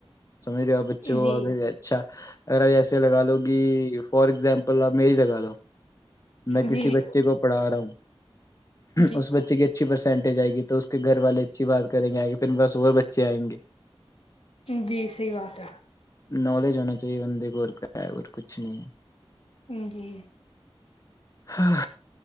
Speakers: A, on the left; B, on the left.
A: س <unintelligible> ا ا
B: جی
A: اچھا اگر آپ ایسے لگا لو گ فار اگزامپل آپ میری لگا لو میں کسی
B: جی
A: بچے کو پڑھا رہا ہوں
B: جی
A: اس بچے کے اچھی پرسینٹیج آئے گ تو اس کے گھر والے اچھی بات کریں گے آے پھر بس اور بچے آئ گے
B: جی صحیح بات
A: نالج ہونا چاہیے بندے کو اور کیا ہے اور کچھ نہیں ہے
B: جی
A: ہاں